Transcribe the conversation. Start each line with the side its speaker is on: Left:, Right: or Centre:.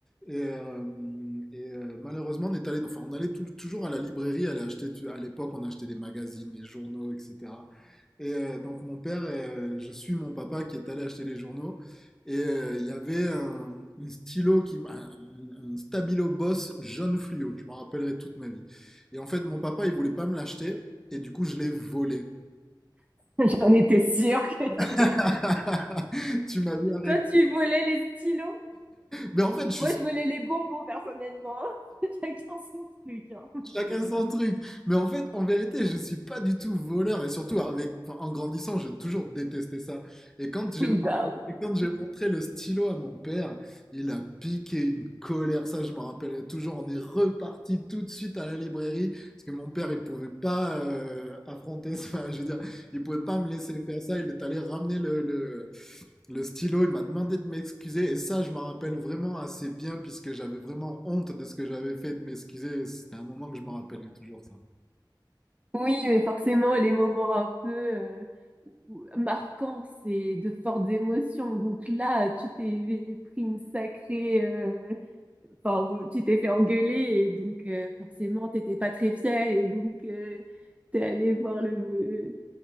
Centre: Et, euh, et, euh, malheureusement, on est allé, enfin, on allait tout- toujours à la librairie, aller acheter, tu- à l'époque, on achetait des magazines, des journaux, etc. Et euh, donc, mon père, euh, je suis mon papa qui est allé acheter les journaux. Et euh, il y avait un, un stylo, qui, m- un, un- un Stabilo Boss jaune fluo, je m'en rappellerai toute ma vie. Et en fait, mon papa, il voulait pas me l'acheter. Et du coup, je l'ai volé.
Right: <laughs> J'en étais sûre que t'allais
Centre: <laughs>
Right: dire.
Centre: Tu m'as vu arriver.
Right: Toi, tu volais les stylos.
Centre: Mais en fait, je
Right: Moi,
Centre: suis
Right: je volais les bonbons, personnellement. <laughs> Chacun son truc. hein.
Centre: chacun
Right: Mais-
Centre: son truc. Mais en fait, en vérité, je suis pas du tout voleur. Et surtout, avec, enfin, en grandissant, j'ai toujours détesté ça. Et quand j'ai
Right: Oui, bah,
Centre: et quand j'ai montré le stylo à mon père, il a piqué une colère, ça je me rappellerai toujours. On est reparti tout de suite à la librairie parce que mon père il pouvait pas euh, affronter ça, <laughs> je veux dire, il pouvait pas me laisser faire ça. Il est allé ramener le, le- Le stylo, il m'a demandé de m'excuser et ça, je m'en rappelle vraiment assez bien puisque j'avais vraiment honte de ce que j'avais fait de m'excuser. et C'était un moment que je m'en rappelle toujours ça.
Right: oui, mais forcément, les moments un peu euh, où- marquants, c'est de fortes émotions. Donc là, tu t'es pris une sacrée... euh, Enfin, tu t'es fait engueuler et donc euh, forcément, t'étais pas très fière et donc euh, t'es allé voir le,